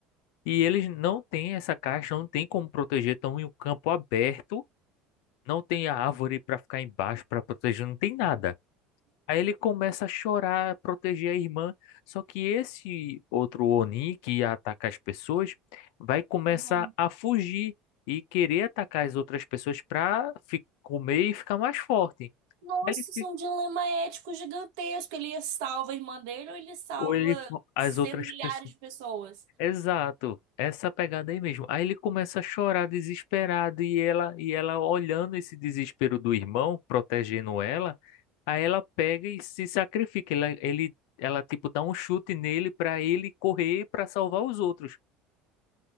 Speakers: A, on the left; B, on the right.
A: E eles não têm essa caixa, não tem como proteger, estão em um campo aberto não tem a árvore para ficar embaixo para proteger, não tem nada. Aí ele começa a chorar, a proteger a irmã. Só que esse outro Oni que ia atacar as pessoas vai começar
B: Hum?
A: a fugir e querer atacar as outras pessoas para comer e ficar mais forte.
B: Nossa,
A: Aí Ele,
B: isso
A: fi-
B: é um dilema ético gigantesco. Ele salva a irmã dele ou ele salva
A: ou ele, as
B: cem
A: outras
B: milhares
A: pessoas.
B: de pessoas?
A: Exato, essa pegada aí mesmo. Aí ele começa a chorar desesperado e ela e ela olhando esse desespero do irmão, protegendo ela, aí ela pega e se sacrifica. Ela, ele, ela tipo dá um chute nele para ele correr para salvar os outros.